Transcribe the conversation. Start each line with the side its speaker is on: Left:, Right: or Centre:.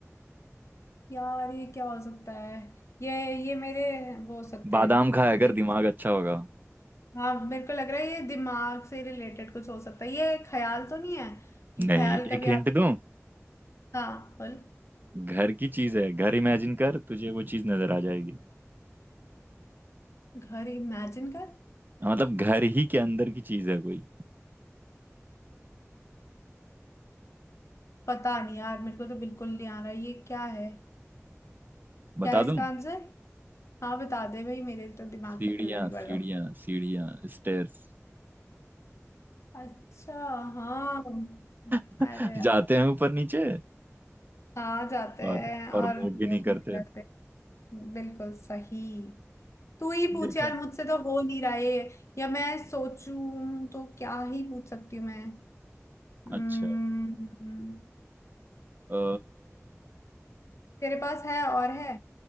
Left: यार ये क्या हो सकता है ये ये मेरे वो हो सकते
Right: बादाम
Left: हैं
Right: खाया
Left: दिम-
Right: कर दिमाग अच्छा होगा
Left: हाँ मेरे को लग रहा है ये दिमाग से रिलेटेड कुछ हो सकता है ये ख्याल तो नहीं है कि
Right: नहीं
Left: ख्याल कभी
Right: एक हिंट
Left: आप
Right: दूं
Left: हाँ बोल
Right: घर की चीज है घर इमेजिन कर तुझे वो चीज नजर आ जाएगी
Left: घर इमेजिन कर
Right: मतलब घर ही के अंदर की चीज है कोई
Left: पता नहीं यार मेरे को तो बिल्कुल नहीं आ रहा ये क्या है
Right: बता
Left: क्या है इसका
Right: दूं
Left: आंसर हाँ बता दे भाई मेरे तो दिमाग
Right: सीढ़ियां
Left: के पल्ले नहीं पड़
Right: सीढ़ियां
Left: रहा
Right: सीढ़ियां स्टेयर्स
Left: अच्छा हाँ
Right: <laughs>
Left: अरे यार,
Right: जाते हैं ऊपर नीचे
Left: हाँ जाते हैं
Right: और और
Left: और
Right: मूव भी
Left: वो
Right: नहीं
Left: अपनी
Right: करते
Left: तरह से बिल्कुल सही तू ही पूछ
Right: देखा
Left: यार
Right: है?
Left: मुझसे तो हो नहीं रहा है या मैं सोचूं तो क्या ही पूछ सकती हूँ मैं हम्म,
Right: अच्छा अ,
Left: तेरे पास है और है